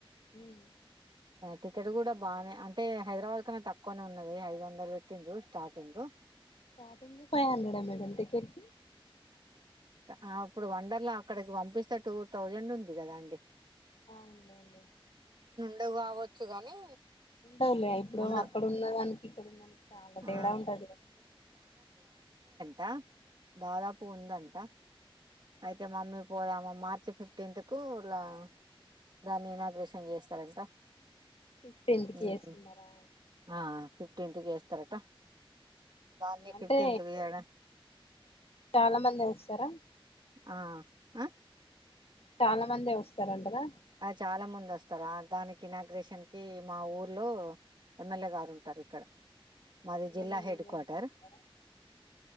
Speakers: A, on the left; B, on the right.
A: ఉహ్
B: టికెట్ కూడా బానే. అంటే హైదరాబాద్ కన్నా తక్కువనే ఉన్నది. ఐదు వందలు పెట్టిండ్రూ స్టార్టింగ్
A: స్టార్టింగే ఫై హండ్రెడ్ మేడం. టికెట్
B: ఆహ్ ఇప్పుడు వండర్లా
A: ఆ
B: అక్కడికి పంపిస్త్ స్తే టూ థౌజండ్ ఉంది కదా అండి.
A: ఆహ్ ఉండాయి లెండి.
B: డవ్ కావచ్చు గాని
A: ఉంటవులే. ఇప్పుడు
B: ఉండ
A: అక్కడ ఉన్నదానికి ఇక్కడ ఉన్నానికి చాలా
B: ఆ
A: తేడా ఉంటదిగద.
B: డా దాదాపు ఉందంటా. అయితే మమ్మీ పోదామా. మార్చి ఫిఫ్టీన్త్ కు ఇలా దాన్ని ఇనాగ్రేషన్ చేస్తారంట.
A: ఫిఫ్టెన్త్ కి
B: ఉమ్
A: ఏసుకున్నారా?
B: ఆ ఫిఫ్టీన్త్ కేస్తారటా. బావుంది
A: అంటే
B: ఫిఫ్టీన్త్ ది గాద
A: చాలా మందే వస్తారా?
B: ఆహ్ ఆ!
A: చాలా మందే వస్తారంటగా.
B: ఆ చాలా మంది వస్తారు. దానికి నాగ్రేషన్ కి మా ఊర్లో ఎమ్మెల్యే గారు ఉంటారు. ఇక్కడ మాది
A: ఎమ్మెల్యేని
B: జిల్లా హెడ్
A: ఇన్వైట్
B: కోర్టర్
A: చేస్తున్నారా